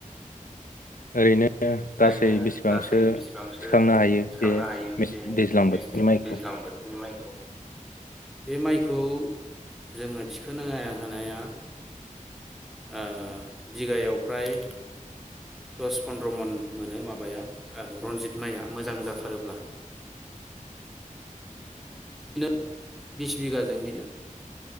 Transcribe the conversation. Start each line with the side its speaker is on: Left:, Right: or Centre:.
Left: ओरैनो गासै
Centre: ओरैनो
Left: बेसेबांसो
Centre: गासै बिसिबांसो
Left: थिखांनो हायो
Centre: थिखांनो
Left: बे
Centre: हायो?
Left: मेस-
Centre: बे
Left: दैज्लां बोथोरनि
Centre: मेस
Left: माइखौ
Centre: दैज्लां बोथोरनि माइखौ। बे माइखौ जोङो थिखोनो हानाया, ओ बिगायाव फ्राय दस पन्द्र मन मोनो माबाया रन्जित माइआ मोजां जाथारोब्ला। बिदिनो बिस बिगाजों बेनो,